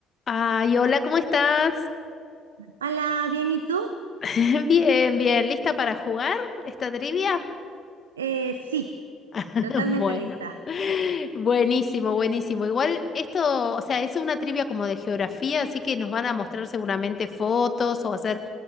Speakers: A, on the left; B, on the right.
A: Ay, hola, ¿cómo estás?
B: Hola, bien, ¿y tú?
A: <laughs> Bien, bien, ¿lista para jugar esta trivia?
B: Eh, sí,
A: <laughs>
B: totalmente
A: Bueno,
B: lista.
A: buenísimo, buenísimo. Igual esto, o sea, es una trivia como de geografía, así que nos van a mostrar seguramente fotos o hacer